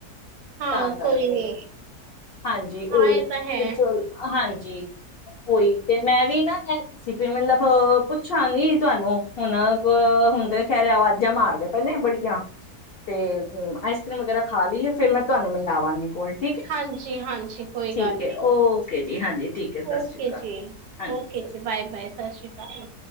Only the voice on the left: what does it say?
ਤਾਂ ਕਰਕੇ,
ਹਾਂਜੀ, ਉਓਹੀ,
ਤੇ ਚਲ, ਹਾਂਜੀ ਕੋਈ, ਤੇ ਮੈਂ ਵੀ ਨਾ, ਇਹ ਰੈਸਿਪੀ ਮਤਲਬ, ਪੁੱਛਾਂਗੀ ਤੁਹਾਨੂੰ, ਹੁਣ ਹੁਣ ਖੈਰੇ, ਆਵਾਜ਼ਾਂ ਮਾਰਦੇ ਪਏ ਨੇ, ਬੜੀਆਂ, ਤੇ ਆਈਸਕ੍ਰੀਮ ਵਗੈਰਾ ਖਾ ਲਈਏ, ਫੇਰ ਮੈਂ ਤੁਹਾਨੂੰ ਮਿਲਾਵਾਂਗੀ। ਕੋਲ ਠੀਕ ਹੈ
ਠੀਕ
ਹੈ
ਓਕੇ ਜੀ ਹਾਂਜੀ ਠੀਕ ਹੈ ਸਤਿ
ਸ਼੍ਰੀ ਅਕਾਲ
ਹਾਂਜੀ
ਸਤਿ